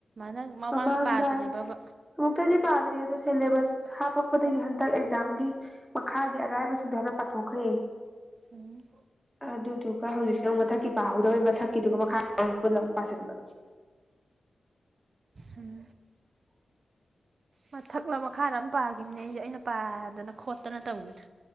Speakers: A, on the right; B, in the centre.
A: ꯅꯪ
B: ꯃꯃꯥꯡꯗ
A: ꯄꯥꯗ꯭ꯔꯤꯕꯕ
B: ꯑꯃꯨꯛꯇꯗꯤ ꯄꯥꯗ꯭ꯔꯤ ꯑꯗꯣ ꯁꯤꯂꯦꯕꯁ ꯍꯥꯞꯄꯛꯄꯗꯒꯤ ꯍꯟꯗꯛ ꯑꯦꯛꯖꯥꯝꯒꯤ ꯃꯈꯥꯒꯤ ꯑꯔꯥꯏꯕꯁꯤꯡꯗꯣ ꯍꯥꯟꯅ ꯄꯥꯊꯣꯛꯈ꯭ꯔꯦ
A: ꯎꯝ
B: ꯑꯗꯨꯗꯨꯒ ꯍꯧꯖꯤꯛꯁꯤꯅ ꯑꯃꯨꯛ ꯃꯊꯛꯀꯤ ꯄꯥꯍꯧꯗꯕ ꯃꯊꯛꯀꯤꯗꯨꯒ ꯃꯈꯥꯗꯨꯒ ꯄꯨꯜꯂ ꯑꯃꯨꯛ ꯄꯥꯥꯁꯟꯕ
A: ꯍꯝ ꯃꯊꯛꯔ ꯃꯈꯥꯔ ꯑꯃ ꯄꯥꯒꯤꯕꯅꯦ ꯑꯩꯖꯦ ꯑꯩꯅ ꯄꯥꯗꯅ ꯈꯣꯠꯇꯅ ꯇꯧꯋꯤꯗ